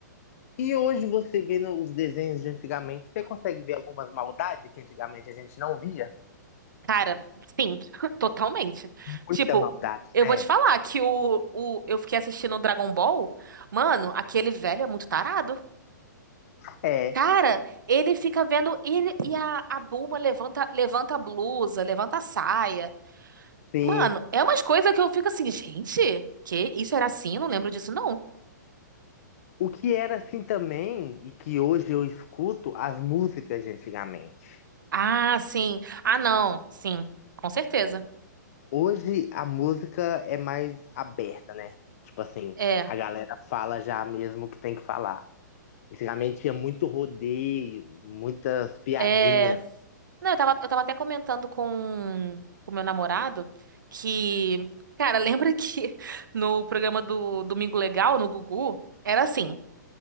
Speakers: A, on the left; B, on the right.
A: E hoje você vendo os desenhos de antigamente, você consegue ver algumas maldades que antigamente a gente não via?
B: Cara, sim, <laughs> totalmente.
A: Muita
B: Tipo,
A: maldade,
B: eu
A: né?
B: vou te falar que o, o, eu fiquei assistindo o Dragon Ball. Mano, aquele velho é muito tarado.
A: É,
B: Cara, ele fica vendo ele e a, a Bulma levanta, levanta a blusa, levanta a saia.
A: sim.
B: Mano, é umas coisas que eu fico assim, gente, que isso era assim? Eu não lembro disso, não.
A: O que era assim também, e que hoje eu escuto, as músicas de antigamente.
B: Ah, sim. Ah, não. Sim, com certeza.
A: Hoje a música é mais aberta, né? Tipo assim,
B: É.
A: a galera fala já mesmo o que tem que falar. Antigamente tinha muito rodeio, muitas piadinhas.
B: É. Não, eu tava, eu tava até comentando com o meu namorado que, cara, lembra que <laughs> no programa do Domingo Legal, no Gugu, era assim,